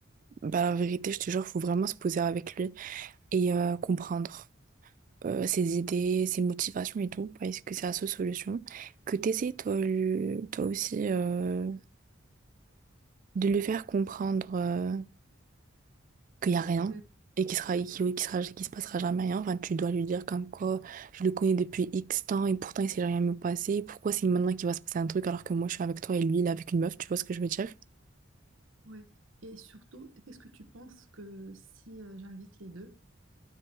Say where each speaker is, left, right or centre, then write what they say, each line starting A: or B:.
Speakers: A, on the right; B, on the right.
A: bah, la vérité, je te jure, faut vraiment se poser avec lui et euh, comprendre euh, ses idées, ses motivations et tout, parce que c'est la seule solution. Que t'essayes toi, lui- toi aussi euh, de lui faire comprendre euh, qu'il n'y a rien
B: Ben,
A: et qu'il sera, et qu'il, qu'il sera, qu'il se passera jamais rien. Enfin, tu dois lui dire comme quoi je le connais depuis X temps et pourtant il s'est jamais passé. Pourquoi c'est maintenant qu'il va se passer un truc alors que moi je suis avec toi et lui il est avec une meuf, tu vois ce que je veux dire?
B: Ouais. Et surtout, qu'est-ce que tu penses que si euh, j'invite les deux?